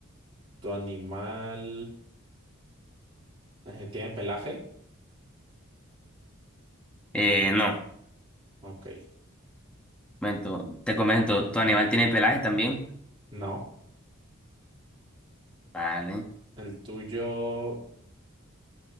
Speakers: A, on the right (about 25°); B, in the centre.
A: ¿tu animal... Eh, ¿tiene pelaje?
B: Eh, no.
A: Ok.
B: Momento, te comento, ¿tu animal tiene pelaje también?
A: No.
B: Vale.
A: ¿El tuyo